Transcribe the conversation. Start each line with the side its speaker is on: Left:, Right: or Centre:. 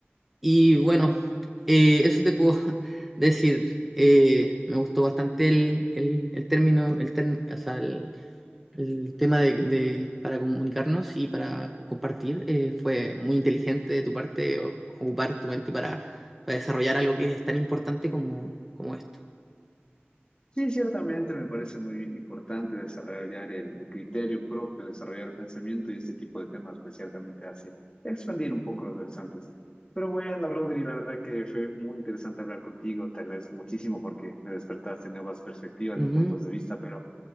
Centre: Y bueno, eh, eso te puedo <laughs> decir. Eh, me gustó bastante el, el- el término, el, term- o sea, el- el tema de, de- para comunicarnos y para compartir eh, fue muy inteligente de tu parte o- ocupar tu mente para, para desarrollar algo que es tan importante como, como esto.
Left: Sí, ciertamente me parece muy importante desarrollar el, el criterio propio, desarrollar el pensamiento y este tipo de temas, pues ciertamente hace expandir un poco los horizontes. Pero bueno, Rodri, la verdad que fue muy interesante hablar contigo, te agradezco muchísimo porque me despertaste nuevas perspectivas
Centre: Ujú.
Left: y puntos de vista, pero